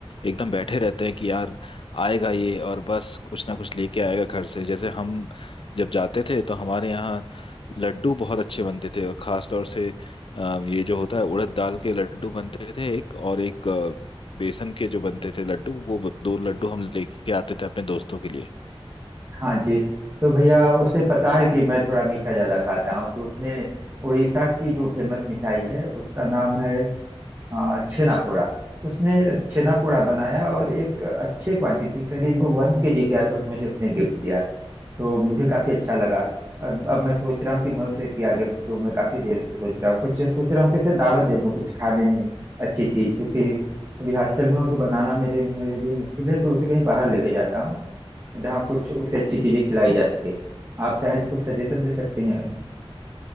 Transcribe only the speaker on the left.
एकदम बैठे रहते हैं कि यार आएगा ये और बस कुछ ना कुछ लेके आएगा घर से जैसे हम जब जाते थे तो हमारे यहाँ लड्डू बहुत अच्छे बनते थे और खास तौर से अ, ये जो होता है उड़द दाल के लड्डू बनते थे एक और एक अ, बेसन के जो बनते थे लड्डू वो ब- दो लड्डू हम लेके आते थे अपने दोस्तों के लिए